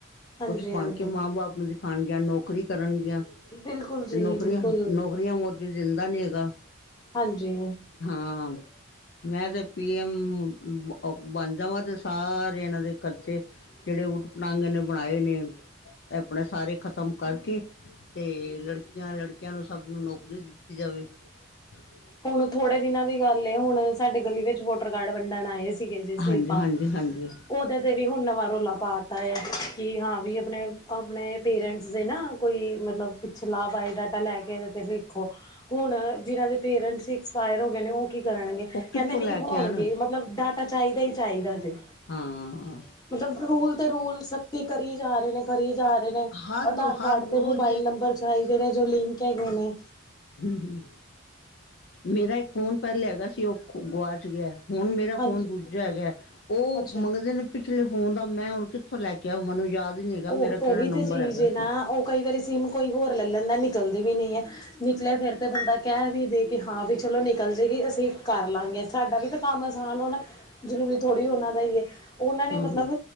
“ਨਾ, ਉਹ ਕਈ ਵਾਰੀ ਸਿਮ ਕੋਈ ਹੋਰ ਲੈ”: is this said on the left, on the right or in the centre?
Left